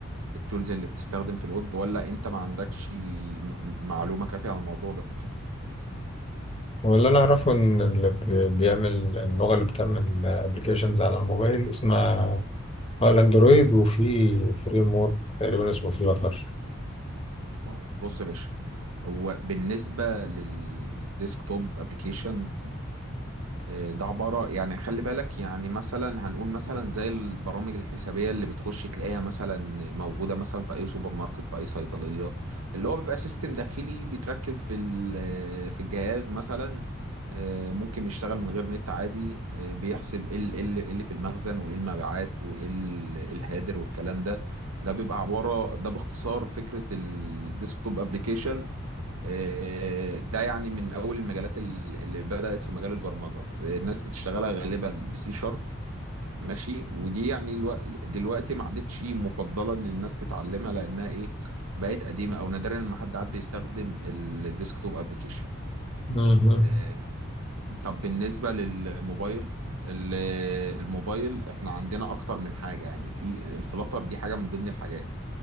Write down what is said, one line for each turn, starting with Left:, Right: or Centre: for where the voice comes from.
Right: التولز اللي بتستخدم في الويب ولا انت ما عندكش م- معلومة كافية عن الموضوع ده
Left: واللي أنا أعرفه إن اللي بي- بيعمل اللغة اللي بتعمل أبلكيشنز على الموبايل اسمها اه الاندرويد وفي فريم ورك تقريبا اسمه فلاتر
Right: أهو، بص يا باشا هو بالنسبة للديسكتوب ابلكيشن إيه، ده عبارة يعني خلي بالك يعني مثلا هنقول مثلا زي البرامج الحسابية اللي بتخش تلاقيها مثلا موجودة مثلا في أي سوبر ماركت في أي صيدلية اللي هو بيبقى سيستم داخلي بيتركب في ال- آه، في الجهاز مثلا آه، ممكن يشتغل من غير نت عادي آه، بيحسب ايه ال- إيه اللي إيه اللي في المخزن وايه المبيعات وايه ال- إيه الهادر والكلام ده ده بيبقى عبارة ده باختصار فكرة الديسكتوب ابلكيشن آه، ده يعني من اول المجالات ال- اللي بدأت في مجال البرمجة الناس بتشتغلها غالبا بسي شارب ماشي ودي يعني الو... دلوقتي ما عادتش مفضلة ان الناس تتعلمها لانها ايه بقت قديمة او نادرا ما حد عاد بيستخدم الديسكتوب ابلكيشن
Left: مهم.
Right: آه، طب بالنسبة للموبايل ال- الموبايل احنا عندنا اكتر من حاجة يعني في الفلاتر دي حاجة من ضمن الحاجات